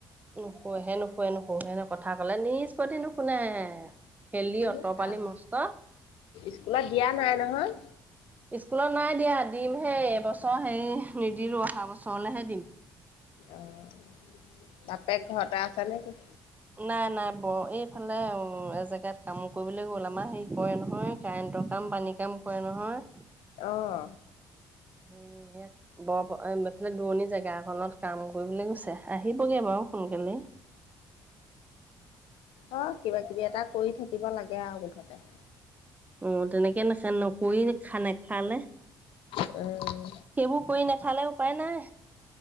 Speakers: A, on the right; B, on the left.
A: নুশুৱে নুশুৱে নুশু হেন কথা কলে নিষ্পত্তি নুশুনে। খেলি
B: এই
A: অঁতৰ পালি
B: ৰাম
A: মস্ত
B: স্কুলত দিয়া নাই নহয়
A: স্কুলত নাই দিয়া। দিম হেই এবছৰ। হেৰি নিদিলো অহা বছৰলেহে দিম।
B: অ', বাপেক ঘৰতে আছে নে কি?
A: নাই নাই বৌ এইফালে এজেগাত কামো কৰিবলৈ গ'ল। আমাৰ হেৰি কৰে নহয় কাৰেণ্টৰ কাম। কাম পানী কাম কৰে নহয়।
B: অহ।
A: <unintelligible> বৰ দূৰণি জেগাএ খনত কাম কৰিবলৈ গৈছে আহিব। হ'বগে বাৰু সোনকালে।
B: অ কিবা কিবি এটা কৰি থাকিব লাগে আৰু মুঠতে।
A: অ তেনেকে নে <unintelligible> নকৰি নেখে- নেখালে।
B: অহ।
A: সেইবোৰ কৰি নাখালে, উপায় নাই।